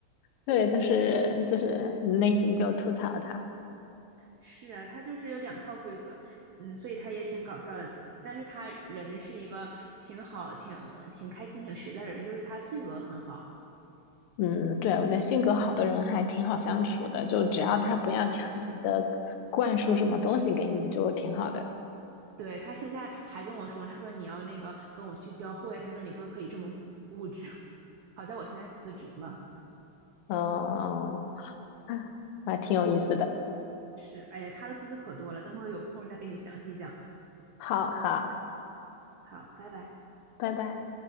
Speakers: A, on the left; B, on the right.
A: 对，就是就是内心就吐槽她。
B: 是啊，他就是有两套规则，嗯，所以他也挺搞笑的。但是他人是一个挺好、挺挺开心、挺实在的人，就是他性格很好。
A: 嗯，对，我觉得性格好的人还挺好相处的，就只要他不要强行的灌输什么东西给你，就挺好的。
B: 对，他现在还跟我说，他说你要那个跟我去教会，他说你不可以这么固执。<laughs> 好在我现在辞职了。
A: 哦，嗯还挺有意思的。
B: 是，哎呀，他的故事可多了，等会儿有空再给你详细讲。
A: 好好，
B: 好，拜拜。
A: 拜拜。